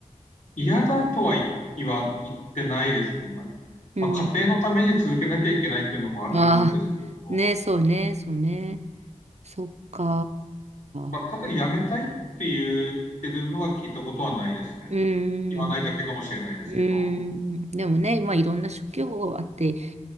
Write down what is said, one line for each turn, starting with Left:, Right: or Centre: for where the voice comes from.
Left: 嫌だとは言わ言ってないですね。まあ、
Right: うん
Left: まあ家庭のために続けなきゃいけないっていうのもあるですけど、
Right: ああ、ね、そうね、そうね。そっか
Left: まあ、
Right: ー。
Left: ただ辞めたいって言ってるのは聞いたことはないですね。
Right: うーん。
Left: 言わないだけかもしれないですけど、
Right: うーん。でもね、まあいろんな職業があって、